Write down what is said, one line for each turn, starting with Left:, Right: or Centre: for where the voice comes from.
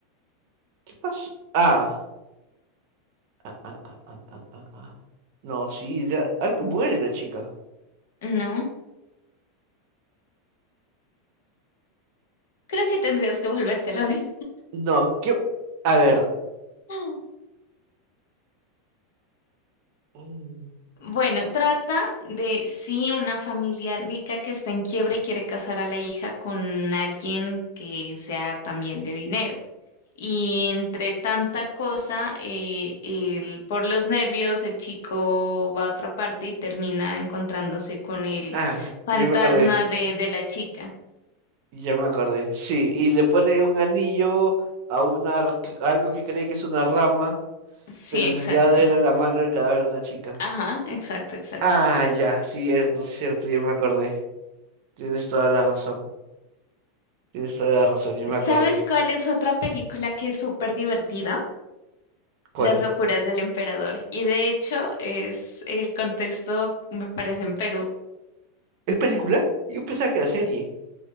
Right: ¿Qué pasó? Ah, ah, ah, ah, ah, ah, ah, ah. No, sí, ya- al- muere la chica.
Left: no. Creo que tendrías que volvértela a ver.
Right: No, ¿qué? A ver.
Left: <laughs>
Right: mm,
Left: Bueno, trata de sí una familia rica que está en quiebra y quiere casar a la hija con alguien que sea también de dinero. Y entre tanta cosa, eh, el- por los nervios, el chico va a otra parte y termina encontrándose con el
Right: Ah,
Left: fantasma
Right: yo me acordé.
Left: de, de la chica.
Right: Ya me acordé. Sí, y le pone un anillo a una r- a algo que cree que es una rama,
Left: Sí,
Right: pero
Left: exacto.
Right: en realidad era la mano del cadáver de una chica.
Left: Ajá, exacto, exacto.
Right: Ah, ya, cierto, cierto, ya me acordé. Tienes toda la razón. Tienes toda la razón, ya me acordé.
Left: ¿Sabes cuál es otra película que es súper divertida?
Right: ¿Cuál?
Left: Las locuras del emperador. Y de hecho, es el contexto, me parece, en Perú.
Right: ¿Es película? Yo pensaba que era serie.